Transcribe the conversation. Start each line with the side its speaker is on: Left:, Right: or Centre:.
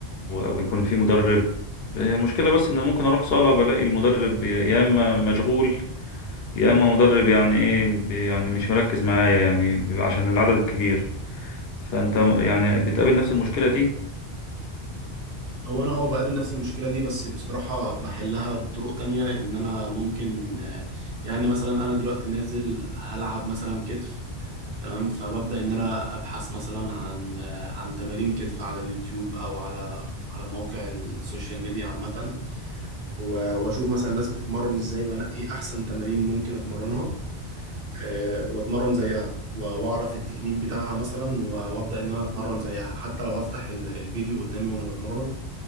Left: و- ويكون في مدرب هي المشكله بس ان ممكن اروح صاله بلاقي المدرب يا اما مشغول يا اما مدرب يعني ايه بي- يعني مش مركز معايا يعني بيبقى عشان العدد الكبير فانت م- يعني بتقابل نفس المشكله دي
Right: هو انا اه بقابل نفس المشكله دي بس بصراحه بحلها بطرق تانية ان انا ممكن آه، يعني مثلا انا دلوقتي نازل هلعب مثلا كتف تمام فببدا ان انا ابحث مثلا عن آه، عن تمارين كتف على اليوتيوب او على على مواقع السوشيال ميديا عامه و- واشوف مثلا الناس بتتمرن ازاي وانقي احسن تمارين ممكن اتمرنها آه، واتمرن زيها و- واعرف التكنيك بتاعها مثلا و- وابدا ان انا اتمرن زيها حتى لو هفتح ال- الفيديو قدامي وانا بتمرن